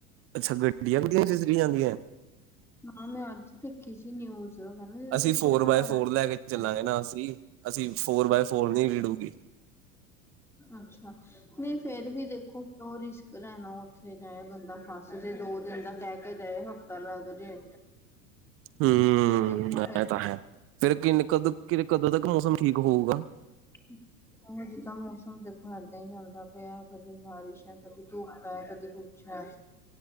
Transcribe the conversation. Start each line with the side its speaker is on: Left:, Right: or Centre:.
Right: ਅੱਛਾ, ਗੱਡੀਆਂ-ਗੁਡੀਆਂ ਵਿੱਚ ਚੱਲੀ ਜਾਂਦੀਆਂ।
Centre: ਹਾਂ ਮੈਂ ਅੱਜ ਦੇਖੀ ਸੀ ਨਿਊਜ਼ ਕਹਿੰਦੇ ਜੇ
Right: ਅਸੀਂ
Centre: ਦੇਖੋ
Right: ਫੋਰ
Centre: ਪਹਾੜਾਂ
Right: ਬਾਏ ਫੋਰ ਲੈ ਕੇ
Centre: <unintelligible>
Right: ਚੱਲਾਂਗੇ ਨਾ ਅਸੀਂ ਅਸੀਂ ਫੋਰ ਬਾਏ ਫੋਰ ਨੀ ਰਿਡੁਗੀ।
Centre: ਅੱਛਾ ਨਈ ਫੇਰ ਵੀ ਦੇਖੋ ਓ ਰਿਸਕ ਲੈਣਾ ਓਥੇ ਜਾਏ ਬੰਦਾ ਫਸ ਜੇ, ਦੋ ਦਿਨ ਦਾ ਕਹਿ ਕੇ ਜਾਏ ਹਫ਼ਤਾ ਲੱਗ ਜੇ।
Right: ਹੂੰ,
Centre: ਤੇ ਦੇਖੋ ਫੇਰ
Right: ਐ ਤਾਂ ਹੈ ਫੇਰ ਕਿੰਨ ਕਦੋਂ ਕਿ ਕਦੋਂ ਤੱਕ ਮੌਸਮ ਠੀਕ ਹੋਊਗਾ?
Centre: <inaudible> ਅਜੇ ਤਾਂ ਮੌਸਮ ਦੇਖੋ ਏਦਾਂ ਈ ਚੱਲਦਾ ਪਿਆ ਕਦੀ ਬਾਰਿਸ਼ ਐ, ਕਦੀ ਧੁੱਪ ਐ, ਕਦੀ ਕੁਛ ਐ।